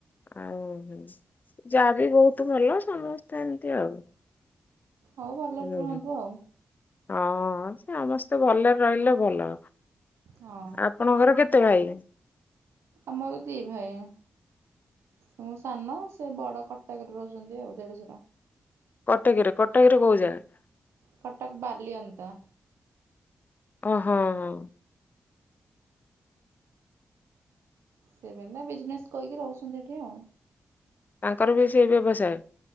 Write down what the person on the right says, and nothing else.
ହଉ ଭଲରେ
ରୁହନ୍ତୁ ଆଉ।
ହଁ
ଆମର ଦି ଭାଇ। ମୁ ସାନ, ସେ ବଡ କଟକରେ ରହୁଛନ୍ତି ଆଉ। ଦେଢଶୁର।
କଟକ ବାଲିଅନ୍ତା।
ସେ ବିଜନେସ କରିକି ରହୁଛନ୍ତି ଏଠି ଆଉ।